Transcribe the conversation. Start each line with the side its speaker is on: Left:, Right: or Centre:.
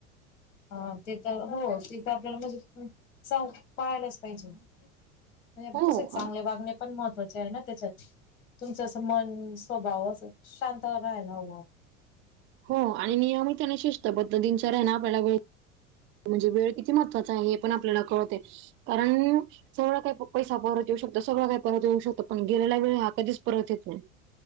Left: हा ते हो ते तर आपल्याला म्हणजे चाव पाळायलाच पाहिजे. म्हणजे
Right: हो
Left: तसे चांगले वागणे पण महत्त्वाचे आहे ना त्याच्यात तुमचं अस मन स्वभावचं शांत राहायला हवा.
Right: हो हो आणि नेहमी त्यांना आणि शिस्तबद्ध दिनचर्या नाही बाळगली म्हणजे वेळ किती महत्वाचा आहे हे पण आपल्याला कळते. कारण सगळं काय पैसा परत येऊ शकतो सगळं काय परत येऊ शकतं पण गेलेला वेळ हा कधीच परत येत नाही.